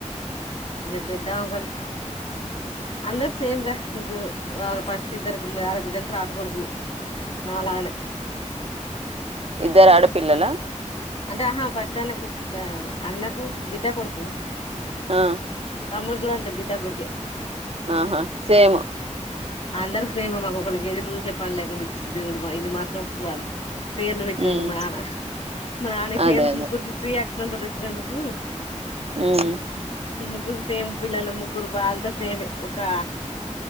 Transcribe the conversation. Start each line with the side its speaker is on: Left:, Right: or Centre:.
Left: ఇంక పెద్దాముకని అందకు సేమ్ రా ముగ్గురు ఆ ఫస్ట్ ఇద్దరికి ఆడ బిడ్డలు తర్వాత కొడుకులు నాలాగానే
Right: ఇద్దరు ఆడపిల్లలా
Left: అంటే ఆహా ఫస్ట్ ఆయనకు అన్నకు బిడ్డ కొడుకు
Right: ఆహ్
Left: తమ్ముడుకూడా అంత బిడ్డ కొడుకే
Right: ఆహా సేమ్
Left: అందరికి సేమ్ మాకు ఒకరికి ఎదురు చెప్పను లేకుండా ఇచ్చ దేవుడుమా ఇది మాత్రం ఒప్పుకోవాలి పేర్లు పెట్టినందుకు
Right: ఉమ్
Left: మా నాన్న మా నాన్న
Right: అదే
Left: పేర్లు
Right: అదే
Left: ముగ్గురికి శ్రీయాక్ ఎంటడి ఇచ్చినందుకు
Right: ఉమ్
Left: ముగ్గురు సేమ్ పిల్లలు ముగ్గురు బా అంతా సేమి ఒక-